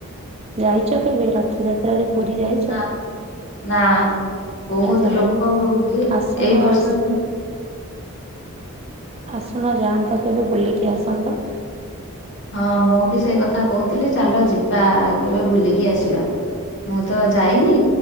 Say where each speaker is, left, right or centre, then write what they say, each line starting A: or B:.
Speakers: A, on the right (about 25°); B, on the left (about 50°).
A: ଯାଇଚ କେବେ ରଥଯାତ୍ରାରେ ପୁରୀ ଯାଇଚ
B: ନା ନା ବୋହୁତ
A: ଆ ଯାଇନ।
B: ଲୋକ ହୁଏ
A: ଆସୁନ
B: ଏଇ ବର୍ଷ
A: ଆସ ଆସୁନ ଯାଆନ୍ତ କେବେ ବୁଲିକି ଆସନ୍ତ।
B: ହଁ ମୁଁ ବି ସେଇ କଥା କହୁଥିଲି। ଚାଲ ଯିବା କେବେ ବୁଲିକି ଆସିବା। ମୁଁ ତ ଯାଇନି